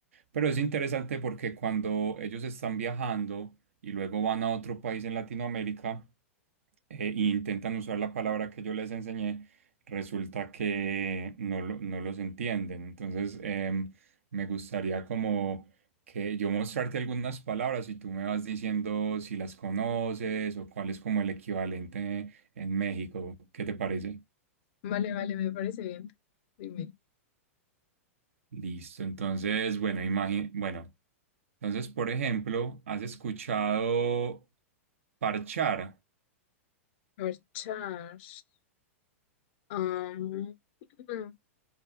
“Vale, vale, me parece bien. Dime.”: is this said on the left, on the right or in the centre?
Left